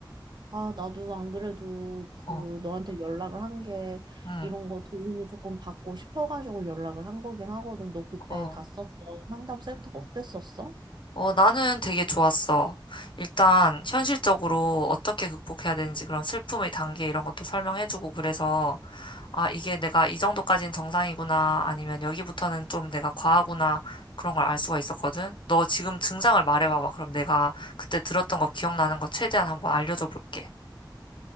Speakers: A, on the right (about 65°); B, on the left (about 80°).
A: 아, 나도 안 그래도 그
B: 어,
A: 너한테 연락을 한 게
B: 응,
A: 이런 거 도움을 조금 받고 싶어가지고 연락을 한 거긴 하거든. 너 그때
B: 어.
A: 갔었던 상담센터가 어땠었어?
B: 어, 나는 되게 좋았어. 일단, 현실적으로 어떻게 극복해야 되는지 그런 슬픔의 단계 이런 것도 설명해주고 그래서, 아, 이게 내가 이 정도까지는 정상이구나, 아니면 여기부터는 좀 내가 과하구나, 그런 걸 알 수가 있었거든. 너 지금 증상을 말해봐봐. 그럼 내가 그때 들었던 거 기억나는 거 최대한 한번 알려줘 볼게.